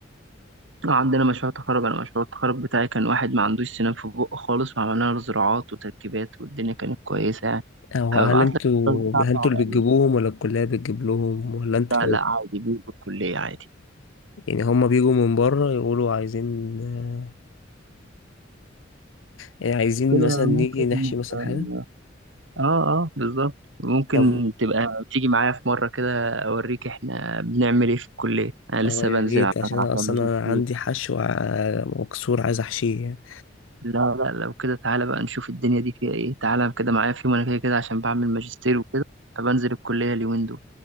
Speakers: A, on the right; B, on the left.
A: اه عندنا مشروع تخرج انا مشروع التخرج بتاعي كان واحد ما عندوش سنان في بقه خالص وعملنا له زراعات وتركيبات والدنيا كانت كويسة يعني
B: او
A: هبعت
B: هل انتوا
A: لك الصور بتاعته
B: هل انتوا
A: على
B: اللي بتجيبوهم
A: ال-
B: ولا الكلية بتجيب لهم ولا انتوا
A: لا لا عادي بيه الكلية عادي
B: يعني هما بيجوا من بره يقولوا عايزين آه، يعني عايزين
A: كده
B: مثلا نيجي
A: ممكن
B: نحشي مثلا
A: اه
B: حاجة
A: اه آه، بالظبط ممكن
B: طب
A: تبقى تيجي معايا في مرة كده اوريك احنا بنعمل ايه في الكلية انا لسه
B: اه يا
A: بنزل
B: ريت
A: على
B: عشان
A: فكرة
B: انا
A: عشان
B: اصلا
A: ماجستير
B: انا عندي حشو وع- وكسور عايز احشيه يعني.
A: لا لا لو كده تعالى بقى نشوف الدنيا دي فيها ايه تعالى كده معايا في يوم انا كده كده عشان بعمل ماجستير وكده فبنزل الكلية اليومين دول